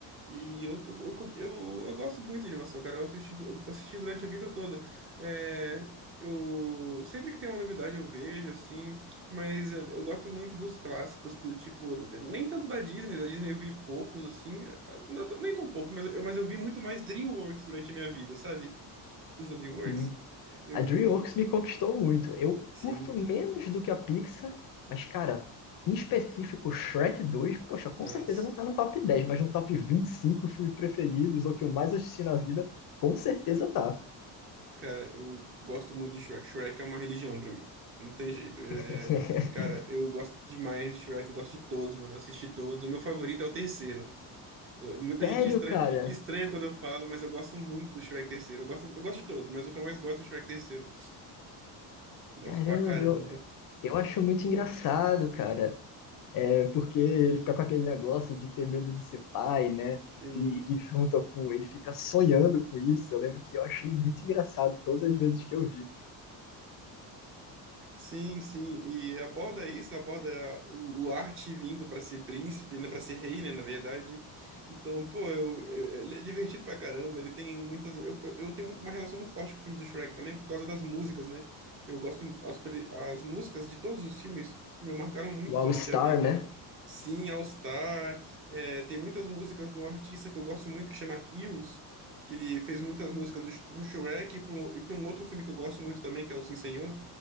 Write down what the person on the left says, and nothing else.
Sim.
A DreamWorks me conquistou muito. Eu
curto menos do que a Pixar, mas, cara, em específico, Shrek dois, poxa, com
certeza não tá no top 10, mas no top 25 filmes preferidos, ou que eu mais assisti na vida, com certeza tá.
<laughs>
Sério,
cara?
Caramba,
eu, Eu acho muito engraçado, cara, é, porque ele fica com aquele negócio de ter medo de ser pai, né?
E, e junto com ele fica sonhando com isso. Eu lembro que eu achei muito engraçado todas as vezes que eu vi.
O All
Star,
né?